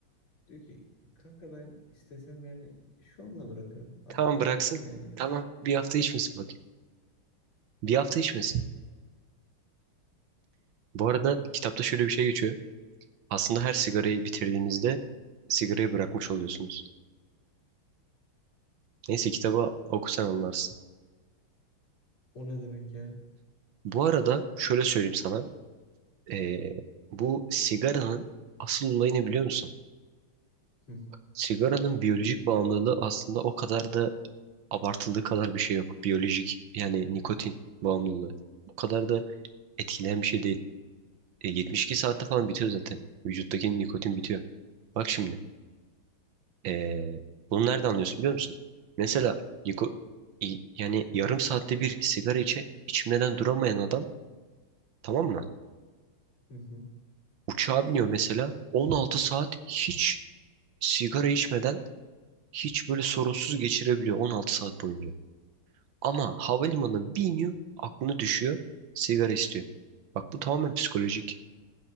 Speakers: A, on the left; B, on the right.
A: Diyor ki kanka ben istesem yani şu anda bırakırım. Hatta
B: Tamam
A: bıraktım
B: bıraksın.
A: yani.
B: Tamam bir hafta içmesin bakayım. Bir hafta içmesin. Bu arada
A: Abi <laughs>
B: kitapta şöyle bir şey geçiyor. Aslında her sigarayı bitirdiğinizde sigarayı bırakmış oluyorsunuz. Neyse kitabı okusan anlarsın.
A: o ne demek ya?
B: Bu arada şöyle söyleyeyim sana. Ee, bu sigaranın asıl olayı ne biliyor musun?
A: Hı.
B: Sigaranın biyolojik bağımlılığı aslında o kadar da abartıldığı kadar bir şey yok. Biyolojik yani nikotin bağımlılığı. O kadar da etkileyen bir şey değil. E, 72 saatte falan bitiyor zaten. Vücuttaki nikotin bitiyor. Bak şimdi. ee, bunu nereden anlıyorsun biliyor musun? Mesela niko- i- yani yarım saatte bir sigara içe, içmeden duramayan adam tamam mı?
A: Hı hı.
B: Uçağa biniyor mesela 16 saat hiç sigara içmeden hiç böyle sorunsuz geçirebiliyor 16 saat boyunca. Ama havalimanına bir iniyor aklına düşüyor sigara istiyor. Bak bu tamamen psikolojik.